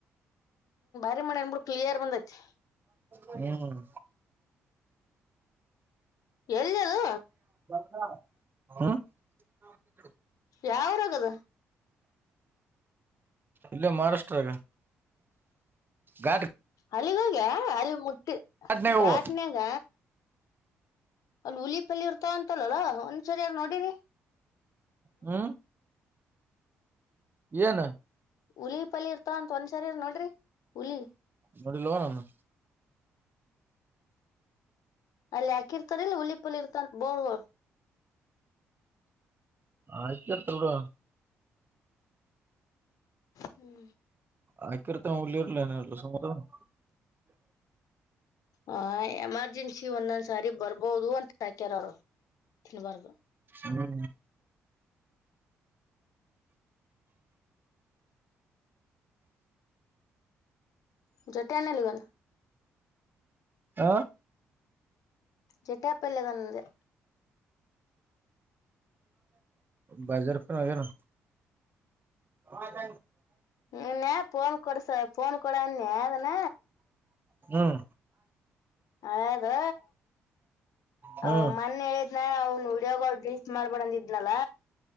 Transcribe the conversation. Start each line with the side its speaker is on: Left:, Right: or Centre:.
Left: ನಿಂಬಾಡೆಂಬುಡು ಕ್ಲಿಯರ್ ಬಂದೈತಿ
Right: ಹ್ಮ್
Left: ಎಲ್ಲಿದು
Right: ಹ
Left: ಯಾವ್ರ ಆಗದು
Right: ಇಲ್ಲೇ ಮಹಾರಾಷ್ಟ್ರಾಗ ಗಾಡ್
Left: ಅಲ್ಲಿಗಾಗ ಅಲ್ ಮುಟ್ಟ
Right: ಘಾಟ್ನಾಗವು
Left: ಘಾಟ್ನ್ಯಾಗ ಅಲ್ ಹುಲಿಪಲ್ಲಿ ಇರ್ತಾವ ಅಂತಲ್ಲಲ್ಲಾ ಒಂದ್ ಸರಿಯಾರ ನೋಡರಿ
Right: ಹಾ ಏನು
Left: ಹುಲಿ ಪಲ್ ಇರ್ತ ಅಂತ ಒಂದ್ಸರಿ ನೋಡ್ರಿ ಹುಲಿ
Right: ಬಡಿ ಲೋನನು
Left: ಅಲ್ಲಿ ಹಾಕಿರ್ತಾರಲ್ಲ ಹುಲಿಪಲಿ ಇರ್ತಂತ ಬೋರ್ಡ್ಗಳು
Right: ಹಾಕಿರ್ತಾರ್ ಬಿಡು
Left: ಹ್ಮ್
Right: ಆಗಿತ್ತಾ ಹುಲಿರಲ್ಲ ಏನಿಲ್ಲ ಸುಮ್ ಕೂತ್ಕೊಳಮ್ಮ
Left: ಹ ಎಮರ್ಜೆನ್ಸಿ ಒಂದೊಂದ್ ಸಾರಿ ಬರ್ಬೋದು ಅಂತ ಹಾಕ್ಯಾರ ಅವರು ತಿನ್ಬಾರದು
Right: ಹ್ಮ್
Left: ಜೊಟಿ ನಲಿಗನು
Right: ಹಾ
Left: ಜಟಾ ಪಲೆದಂದದೆ
Right: ಬಾಜಾರ್ಪ ಆನು ಹೌದ
Left: ಇನ್ಯ ಫೋನ್ ಕೊಡ್ಸ ಫೋನ್ ಕೊಡನ್ ಅಗನ
Right: ಹ್ಮ್
Left: ಹಳೇದು
Right: ಹ್ಮ್
Left: ಅವ್ ಮೊನ್ನೆ ಹೇಳಿದ್ನ ಅವ್ನ್ ವಡಿಯೋ ಕಾಲ್ ೀಸ್ ಮಾಡ್ಬಿಡಂದ ಇದ್ನಲ್ಲ